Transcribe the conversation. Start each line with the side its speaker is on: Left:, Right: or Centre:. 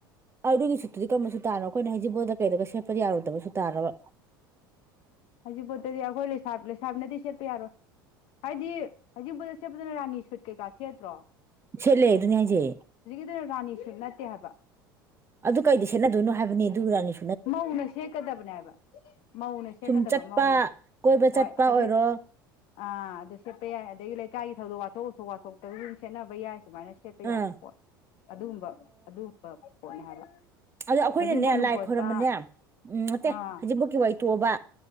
Right: ꯑꯗꯨꯒꯤ ꯁꯨꯠꯇꯨꯗꯤ ꯀꯔꯝꯕ ꯁꯨꯠ ꯇꯥꯅꯣ ꯑꯩꯈꯣꯏꯅ ꯍꯩꯖꯤꯡꯄꯣꯠꯗ ꯀꯩꯗꯒ ꯁꯦꯠꯄꯗꯤ ꯌꯥꯔꯣꯏꯗꯕ ꯁꯨꯠ ꯇꯥꯔꯕ
Left: ꯍꯧꯖꯤꯡꯄꯣꯠꯇꯗꯤ ꯑꯈꯣꯏ ꯂꯩꯁꯥꯕꯤꯅꯗꯤ ꯁꯦꯠꯄ ꯌꯥꯔꯣꯏ ꯍꯥꯏꯗꯤ ꯍꯧꯖꯤꯡꯄꯣꯠꯗ ꯁꯦꯠꯄꯗꯅ ꯔꯥꯅꯤ ꯁꯨꯠ ꯀꯩꯀꯥ ꯁꯦꯠꯇ꯭ꯔꯣ
Right: ꯁꯦꯠꯂꯦ ꯑꯗꯨꯅꯦ ꯍꯥꯏꯖꯦ
Left: ꯑꯗꯨꯅ ꯔꯥꯅꯤ ꯁꯨꯠ ꯅꯠꯇꯦ ꯍꯥꯏꯕ
Right: ꯑꯗꯨ ꯀꯩꯗꯤ ꯁꯦꯠꯅꯗꯣꯏꯅꯣ ꯍꯥꯏꯕꯅꯤ ꯑꯗꯨ ꯔꯥꯅꯤ
Left: ꯃꯧꯅ ꯁꯦꯠꯀꯗꯕꯅꯦ ꯍꯥꯏꯕ ꯃꯧꯅ ꯁꯦꯠꯀꯗꯕ
Right: ꯁꯨꯝ ꯆꯠꯄ
Left: ꯃꯧꯅ
Right: ꯀꯣꯏꯕ
Left: ꯍꯣꯏ
Right: ꯆꯠꯄ ꯑꯣꯏꯔꯣ
Left: ꯑꯗꯨ ꯑꯥ ꯑꯗꯨ ꯁꯦꯠꯄ ꯌꯥꯏ ꯑꯗꯒꯤ ꯂꯩꯀꯥꯏꯒꯤ ꯊꯧꯗꯣꯛ ꯋꯥꯊꯣꯛ ꯑꯣ ꯋꯥꯊꯣꯛꯇ ꯁꯨꯝ ꯁꯦꯠꯅꯕ ꯌꯥꯏ ꯁꯨꯃꯥꯏꯅ ꯁꯦꯠꯄ ꯌꯥꯕ
Right: ꯑꯥ
Left: ꯄꯣꯠ ꯑꯗꯨꯒꯨꯝꯕ ꯑꯗꯨꯒꯨꯝꯕ <unintelligible>
Right: ꯑꯗꯨ ꯑꯩꯈꯣꯏꯅꯅꯦ
Left: ꯍꯩꯖꯤꯡꯄꯣꯠ ꯅꯨꯡꯄꯣꯠꯇ
Right: ꯂꯥꯏ ꯈꯣꯏꯔꯝꯕꯅꯦ ꯎꯝ ꯅꯠꯇꯦ
Left: ꯑꯥ
Right: ꯍꯧꯖꯤꯡꯄꯣꯠꯀꯤ ꯋꯥꯔꯝ ꯇꯣꯛꯑꯣꯕ